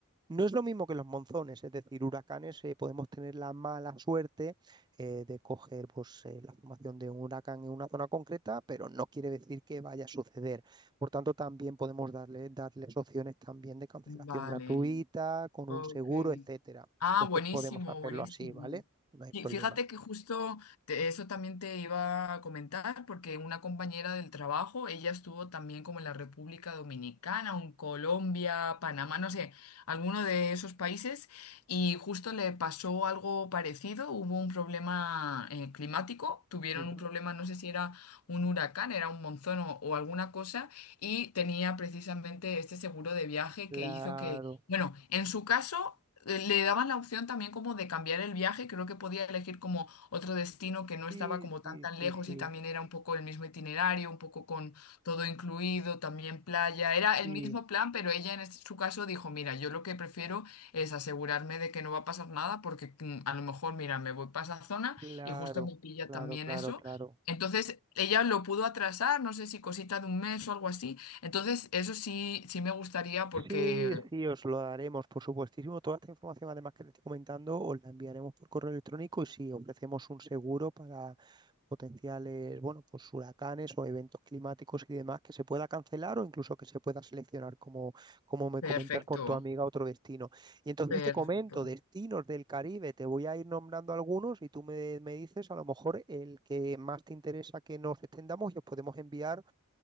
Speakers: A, on the right; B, on the left.
A: No es lo mismo que los monzones, es decir, huracanes eh, podemos tener la mala suerte eh, de coger pues, eh, la formación de un huracán en una zona concreta, pero no quiere decir que vaya a suceder. Por tanto, también podemos darle, darles opciones también de cancelación
B: vale.
A: gratuita, con
B: Ok.
A: un seguro, etcétera.
B: Ah,
A: Entonces
B: buenísimo,
A: podemos hacerlo
B: buenísimo.
A: así, ¿vale? No hay problema.
B: Y fíjate que justo te- eso también te iba a comentar, porque una compañera del trabajo, ella estuvo también como en la República Dominicana, o en Colombia, Panamá, no sé, alguno de esos países, y justo le pasó algo parecido, hubo un problema eh, climático, tuvieron
A: Ujú.
B: un problema, no sé si era un huracán, era un monzón o o alguna cosa, y tenía precisamente este seguro de viaje
A: Claro.
B: que hizo que bueno, en su caso eh, le daban la opción también como de cambiar el viaje, creo que podía elegir como otro destino que no estaba
A: Sí,
B: como tan
A: sí,
B: tan
A: sí,
B: lejos
A: sí,
B: y también era un poco el mismo itinerario, un poco con todo incluido, también playa, era el
A: sí.
B: mismo plan, pero ella en este- su caso dijo, mira, yo lo que prefiero es asegurarme de que no va a pasar nada porque mm, a lo mejor, mira, me voy para esa zona
A: Claro,
B: y justo me pilla
A: claro,
B: también
A: claro,
B: eso.
A: claro.
B: Entonces ella lo pudo atrasar, no sé si cosita de un mes o algo así. Entonces, eso sí, sí me gustaría porque
A: Sí, sí, os lo daremos, por supuestísimo. Toda esta información, además que te estoy comentando, os la enviaremos por correo electrónico y si ofrecemos un seguro para potenciales, bueno, pues huracanes o eventos climáticos y demás que se pueda cancelar o incluso que se pueda seleccionar, como, como me
B: Perfecto,
A: comentas con tu amiga, otro destino. Y entonces
B: perfecto.
A: te comento, destinos del Caribe, te voy a ir nombrando algunos y tú me, me dices a lo mejor el que más te interesa que nos extendamos y os podemos enviar